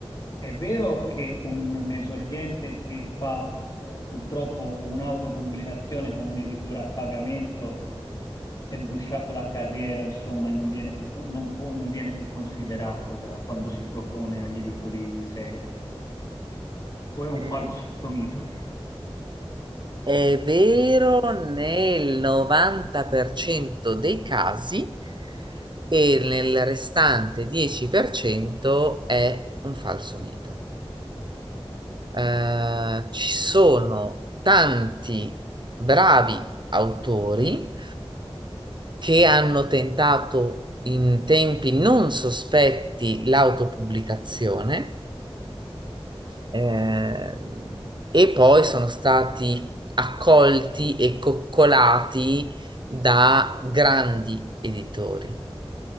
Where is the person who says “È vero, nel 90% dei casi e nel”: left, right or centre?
Right